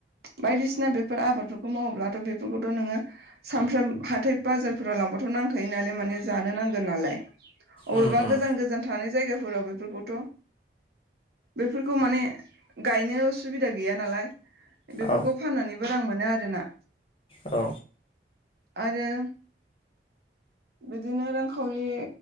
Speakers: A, on the right (about 60°); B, on the left (about 30°).
A: बायदिसिना बेफोर आबादफोरखौ मावोब्लाथ बेफोरखौथ नोङो। सानफ्राम हाथाय बाजारफोराव लांबाथ नांखायो नालाय माने जानो नांगोन नालाय। अबेबा
B: उम उम
A: गोजान गोजान थानाय जायगाफोराव बेफोरखौथ। बेफोरखौ माने गायनो सुबिदा गैया नालाय। बेफोरखौ
B: औ
A: फाननानैबो रां मोनो आरो ना।
B: औ
A: आरो बिदिनो रांखावरि